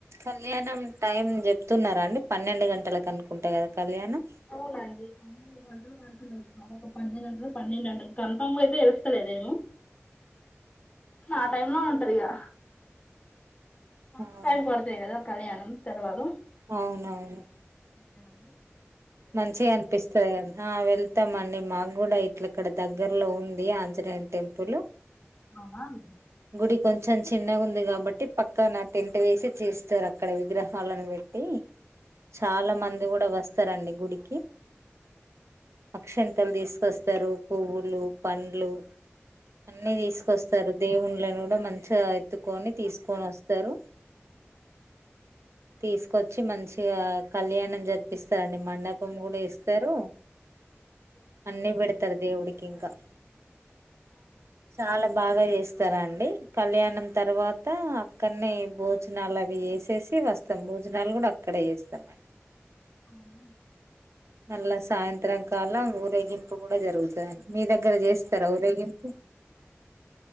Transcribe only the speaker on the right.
కళ్యాణం టైమ్ చెప్తున్నారా అండి పన్నెండు గంటలకి అనుకుంటా కదా కళ్యాణం
అవును
అవునవును
మంచిగా అనిపిస్తది అం ఆ వెళ్తామ అండి మాకు కూడా ఇట్లాక్కడ దగ్గర్లో ఉంది ఆంజనేయుని టెంపుల్
గుడి కొంచెం చిన్నగా ఉంది కాబట్టి పక్కనా టెంట్ వేసి చేస్తారు అక్కడ విగ్రహాలను పెట్టి చాలా మంది కూడా వస్తారండి గుడికి అక్షంతలు తీస్ కొస్తరు పువులు పండ్లు అన్ని తీసుకొస్తరు దేవుని వాళని కూడా మంచిగా ఎత్తుకొని తీసుకొని వస్తారు తీసుకొచ్చి మంచిగా కళ్యాణం జరిపిస్తారండి మండప్ కును కూడా ఇస్తారు అన్ని పెడతారు దేవుడికి ఇంకా చాలా బాగా చేస్ స్తారా అండి కళ్యాణం తర్వాత అక్కడనే భోజనాలు అవి చేసేసి వస్తాము భోజనాలు కూడా అక్కడే చేస్తామండి
నల్ల సాయంత్రంకల ఊరగింప్ ప్పు కూడా జరుగుతదండి మీ దగ్గర చేస్తార ఊరేగింపు